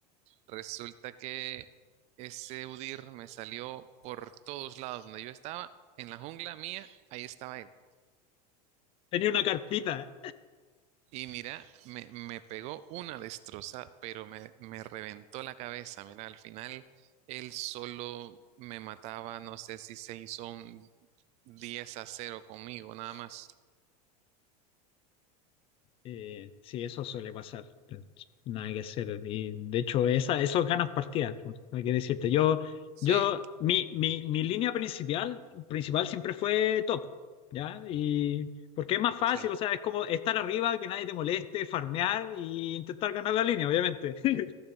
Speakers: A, on the right (about 35°); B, on the left (about 25°).
A: Resulta que ese Udyr me salió por todos lados donde yo estaba, en la jungla mía, ahí estaba él.
B: tenía una carpita.
A: Y mira, me, me pegó una destrozada, pero me, me reventó la cabeza. Mira, al final él solo me mataba, no sé si se hizo un 10 a cero conmigo, nada más.
B: Eh, sí, eso suele pasar. eh, Nada que hacer. Y de hecho, esa, esos ganas partidas, pues, no hay que decirte. Yo,
A: Sí,
B: yo, mi, mi, mi línea principal, principal siempre fue top, ¿ya? Y porque es más fácil,
A: Sí.
B: o sea, es como estar arriba, que nadie te moleste, farmear y intentar ganar la línea, obviamente. <laughs>